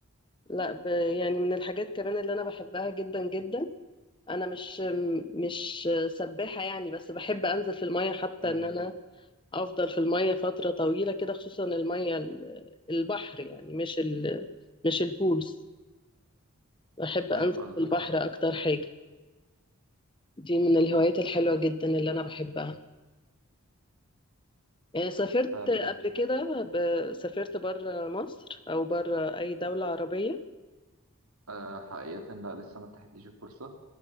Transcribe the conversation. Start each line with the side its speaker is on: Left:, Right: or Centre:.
Left: لا ب يعني من الحاجات كمان اللي انا بحبها جدا جدا انا مش مش سباحة يعني بس بحب انزل في المية حتى
Right: امم
Left: ان انا افضل في المية فترة طويلة كده خصوصا المية ال- البحر يعني مش ال مش البولز بحب
Right: فاهم
Left: انزل
Right: قصدك
Left: في البحر
Right: اه
Left: اكتر حاجة دي من الهوايات الحلوة جدا اللي انا بحبها آه، سافرت
Right: فعلا
Left: قبل كده ب- سافرت بره مصر او بره اي دولة عربية
Right: آه حقيقة لا لسه ما اتاحتليش الفرصة